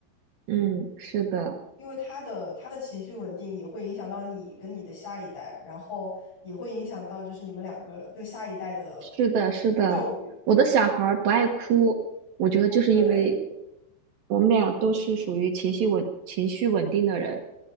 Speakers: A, on the right (about 70°); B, on the left (about 60°).
A: 嗯，是的，
B: 因为他的他的情绪稳定也会影响到你跟你的下一代，然后也会影响到就是你们两个对下一代的
A: 是的，是的。
B: 教育。
A: 我的小孩儿不爱哭，我觉得就是因为
B: 哦，对，
A: 我们俩都是属于情绪稳情绪稳定的人，